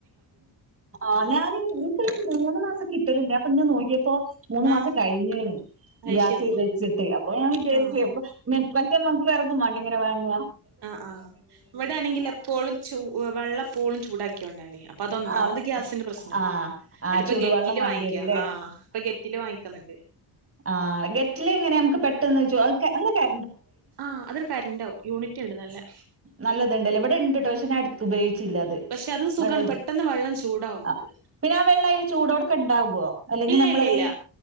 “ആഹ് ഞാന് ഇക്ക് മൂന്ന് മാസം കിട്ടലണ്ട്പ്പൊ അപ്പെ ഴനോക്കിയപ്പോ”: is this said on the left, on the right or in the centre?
Right